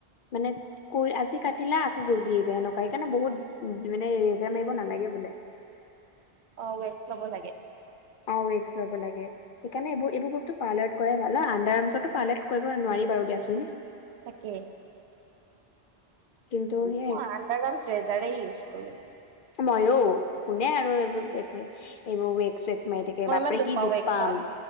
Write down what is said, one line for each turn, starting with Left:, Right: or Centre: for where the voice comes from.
Left: মানেত কোৰ আজি কাটিলা আকৌ গজ জি যায়, এনেকা সেইকাৰণে বহুত উ মানে ৰেজাৰ মাৰিব নালাগে বোলে।
Right: অ ৱেক্স ল'ব লাগে।
Left: অ ৱেক্স ল'ব লাগে, সেইকাৰণে এইবোৰ এইবোৰ বস্তু পাৰ্লাৰত কৰে ভাল অ আণ্ডাৰ আৰ্মচতো পাৰ্লাৰত কৰিব নোৱাৰি বাৰু দিয়াচোন।
Right: তাকে।
Left: কিন্তু সে
Right: অ আণ্ডাৰ আৰ্মচ ৰেজাৰে ইউজ কৰো।
Left: মইয়ো কোনে আৰু এইবোৰ পেট পে এইবোৰ ৱেক চোৱেকছ্ মাৰি থাক কে
Right: মই
Left: বাপৰে
Right: ইমান দুপাও
Left: কি দুখ
Right: ৱেক্সত
Left: পাম।